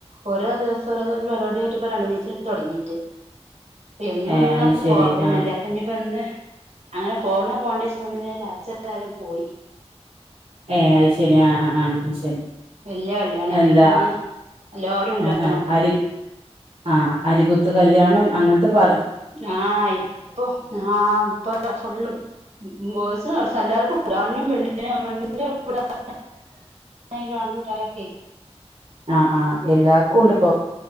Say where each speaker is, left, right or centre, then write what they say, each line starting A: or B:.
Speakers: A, on the right; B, on the right.
A: ഓരോ ദിവസം ഓരോ ഒരു പരിപാടിയായിട്ട് ഇപ്പൊ രണ്ട് മൂന്ന് ദിവസആയി തുടങ്ങിട്ട് എന്നും
B: ഏ
A: ഇങ്ങനെ
B: അത് ശരി
A: പോവലന്നല്ലേ
B: ആ
A: അപ്പൊ ഇനിപ്പോ ഒന്ന് അങ്ങനെ പോവണ പോണ്ടേച്ച് നിന്ന് പിന്നെ ലാസ്റ്റ് എല്ലാരും പോയി
B: ഏയ് അത് ശരി ആ ആ
A: ഉം
B: ശരി
A: വല്യ കല്യാണേനി
B: എന്താ
A: അപ്പൊ പിന്നെ എല്ലാരും ഉണ്ടാരുന്നു
B: ആ ആ അരി ആ അരികുത്ത് കല്യാണം അങ്ങനത്തെ പറ
A: ആ ഇപ്പൊ ആ ഇപ്പൊ ഫുള്ള് ബോയിസ് കുറച്ച് എല്ലാവർക്കും ണ്ണും പെണ്ണീനും പെണ്ണിന്റെണ്ടട്ടാരക്കെ
B: ആ ആ എല്ലാർക്കും കൊണ്ട് ഇപ്പോ